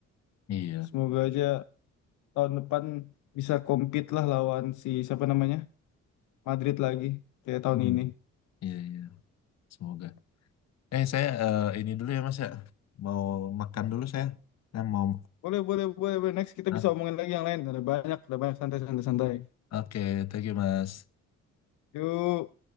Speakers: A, on the left; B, on the left.
A: Iya.
B: Semoga aja tahun depan bisa compete lah lawan si siapa namanya? Madrid lagi kayak tahun
A: Hmm.
B: ini.
A: Iya, iya. Semoga. Eh, saya eh, ini dulu ya, Mas ya. Mau makan dulu saya. Saya mau...
B: Boleh, boleh, boleh, boleh. Next kita
A: Ah,
B: bisa omongin lagi yang lain. Ada banyak, ada banyak santai-santai santai.
A: Oke, thank you, Mas.
B: Yuk.